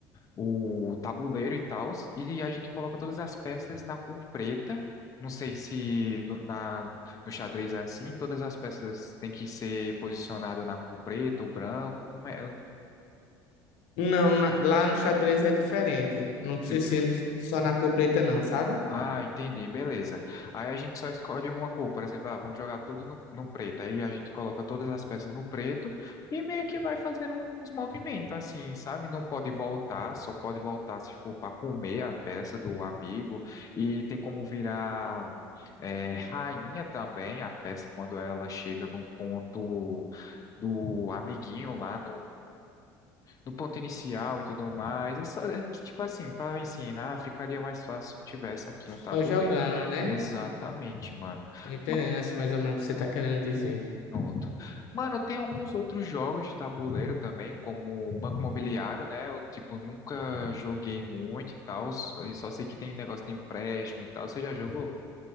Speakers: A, on the left; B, on the left.
A: o tabuleiro e tal, e a gente coloca todas as peças na cor preta. Não sei se no, na, no xadrez é assim, todas as peças têm que ser posicionadas na cor preta ou branco, como é?
B: Não, na- lá no xadrez é diferente. Não precisa
A: Eu,
B: ser só na cor preta, não, sabe?
A: Ah, entendi, beleza. Aí a gente só escolhe uma cor, por exemplo, ah, vamos jogar tudo no, no preto. Aí a gente coloca todas as peças no preto e meio que vai fazendo uns movimentos assim, sabe? Não pode voltar, só pode voltar se for para comer a peça do amigo. E tem como virar é, rainha também a peça quando ela chega no ponto do amiguinho lá no ponto inicial e tudo mais. É só, é que, tipo assim, para ensinar, ficaria mais fácil se tivesse aqui um tabuleiro.
B: Só jogando, né?
A: Exatamente, mano.
B: Tô entendendo,
A: Ma-
B: assim, mais ou menos o que você tá querendo dizer.
A: Pronto. Mano, tem alguns outros jogos de tabuleiro também, como Banco Imobiliário, né? Eu, tipo, nunca joguei muito e tal. só- Eu só sei que tem negócio de empréstimo e tal. Você já jogou?